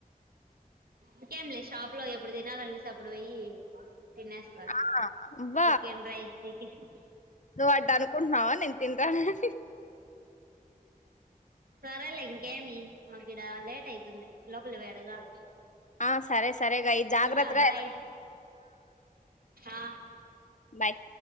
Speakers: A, on the right; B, on the left.
A: ఇంకేం లే షాప్ లో ఎప్పుడు తినాలనిపిస్తే అప్పుడు పోయి తినేస్తా
B: ఆ అబ
A: చికెన్ రైస్ చికెన్
B: నువ్ వట్ట అనుకుంటున్నవన్ నేన్ తింటా హహ్
A: సరే లె ఇంకేమి మాగీడ లేట్ అవుతుంది లోపలి పోయి అడగాల
B: ఆ సరే సరేగా ఈ జాగ్రత్తగా
A: ఉంట బాయ్
B: ఎళ్ళండి.
A: ఆ
B: బయ్